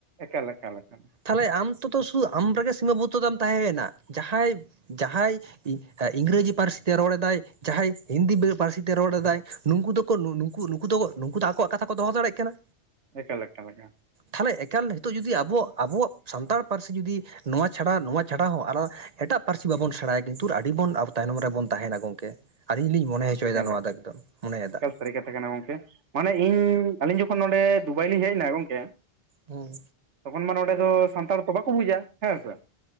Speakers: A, on the right (about 85°); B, on the right (about 40°).
A: ᱮᱠᱟᱞ, ᱮᱠᱟᱞ ᱮᱠᱟᱞ ᱾
B: ᱛᱟᱦᱞᱮ, ᱟᱢ ᱛᱚᱛᱚ, ᱥᱩᱫᱩ ᱟᱢ ᱨᱮᱜᱮ, ᱥᱤᱢᱟ ᱵᱚᱫᱫᱷᱚ ᱛᱟᱢ ᱛᱟᱦᱮᱸᱭᱮᱱᱟ, ᱡᱟᱦᱟᱸᱭ, ᱡᱟᱦᱟᱸᱭ ᱤᱝᱨᱮᱡᱤ ᱯᱟᱹᱨᱥᱤ ᱛᱮ, ᱨᱚᱲ ᱮᱫᱟᱭ ᱡᱟᱦᱟᱸᱭ, ᱦᱤᱱᱫᱤ ᱯᱟᱹᱨᱥᱤ ᱛᱮ, ᱨᱚᱲ ᱮᱫᱟᱭ, ᱱᱩᱠᱩ ᱫᱚ ᱱᱩᱠᱩ, ᱱᱩᱠᱩ ᱫᱚ, ᱱᱩᱠᱩ ᱫᱚ ᱟᱠᱚᱣᱟᱜ ᱠᱟᱛᱷᱟ ᱠᱚ, ᱫᱚᱦᱚ ᱫᱟᱲᱮᱭᱟᱜ ᱠᱟᱱᱟ ᱾
A: ᱮᱠᱟᱞ, ᱮᱠᱟᱞ ᱮᱠᱟᱞ ᱾
B: ᱛᱷᱟᱞᱮ, ᱮᱠᱟᱞ ᱦᱤᱛᱚᱜ ᱡᱩᱫᱤ ᱟᱵᱚᱣᱟᱜ ᱟᱵᱚᱣᱟᱜ ᱥᱟᱱᱛᱟᱲ ᱯᱟᱹᱨᱥᱤ ᱡᱩᱫᱤ, ᱱᱚᱣᱟ ᱪᱷᱟᱰᱟ, ᱱᱚᱣᱟ ᱪᱷᱟᱰᱟ ᱦᱚᱸ, ᱟᱨᱦᱚᱸ ᱮᱴᱟᱜ ᱯᱟᱨᱥᱤ ᱵᱟᱵᱚᱱ ᱥᱮᱬᱟᱭᱟ, ᱠᱤᱱᱛᱩ, ᱟᱹᱰᱤ ᱵᱚᱱ, ᱟᱵᱚ ᱛᱟᱭᱱᱚᱢ ᱨᱮᱵᱚᱱ ᱛᱟᱦᱮᱱᱟ ᱾ ᱜᱚᱝᱠᱮ ᱾ ᱟᱹᱞᱤᱧ ᱞᱤᱧ ᱢᱚᱱᱮ ᱦᱚᱪᱚ
A: ᱮᱠᱟᱞ
B: ᱭᱮᱫᱟ, ᱱᱚᱣᱟ ᱫᱚ, ᱮᱠᱫᱚᱢ, ᱹ ᱢᱚᱱᱮ ᱭᱮᱫᱟ
A: ᱮᱠᱟᱞ
B: ᱾
A: ᱥᱟᱹᱨᱤ ᱠᱟᱛᱷᱟ ᱠᱟᱱᱟ ᱜᱚᱢᱠᱮ, ᱢᱟᱱᱮ ᱤᱧ, ᱟᱹᱞᱤᱧ ᱡᱚᱠᱷᱚᱱ ᱱᱚᱰᱮ, ᱫᱩᱵᱟᱭ ᱞᱤᱧ ᱦᱮᱡ ᱮᱱᱟ, ᱜᱚᱢᱠᱮ ᱾
B: ᱦᱩᱸ‌᱾
A: ᱛᱚᱠᱷᱚᱱ ᱢᱟ, ᱱᱚᱸᱰᱮ ᱫᱚ, ᱥᱟᱱᱛᱟᱲ ᱛᱚ, ᱵᱟᱠᱚ ᱵᱩᱡᱟ, ᱦᱮᱸ ᱥᱮ ᱾